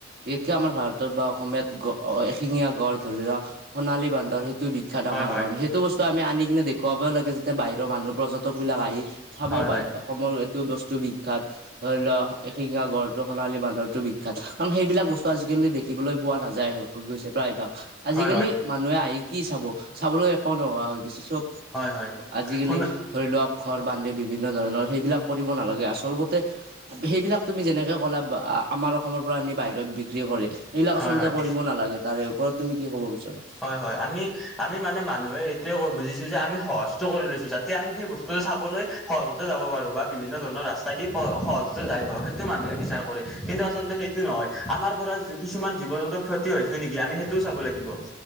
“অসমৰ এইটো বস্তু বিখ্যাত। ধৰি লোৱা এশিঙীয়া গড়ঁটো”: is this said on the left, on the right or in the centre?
Right